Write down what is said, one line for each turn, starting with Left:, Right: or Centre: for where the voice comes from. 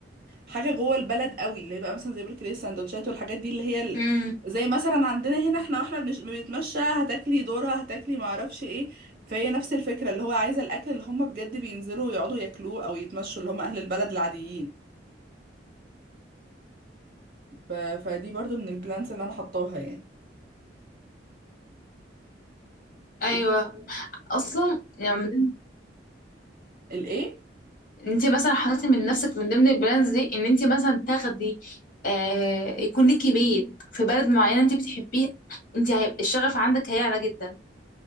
Right: حاجة جوه البلد قوي اللي هي بقى مثلا زي ما بقولك السندوتشات والحاجات دي اللي هي ال-
Left: امم
Right: زي مثلا عندنا هنا احنا واحنا بنش- بنتمشى هتاكلي ذرة هتاكلي معرفش ايه فهي نفس الفكرة اللي هو عايزة الأكل اللي هم بجد بينزلوا يقعدوا ياكلوه أو يتمشوا اللي هم أهل البلد العاديين ف... فدي برضو من البلانس اللي أنا حطاها يعني
Left: ايوه
Right: ال-
Left: اصلا يعني
Right: الإيه؟
Left: انت مثلا حطيتي من نفسك من ضمن البراندز دي ان انت مثلا تاخدي آه يكون ليكي بيت في بلد معينه انت بتحبيها انت هيبقى الشغف عندك هيعلى جدا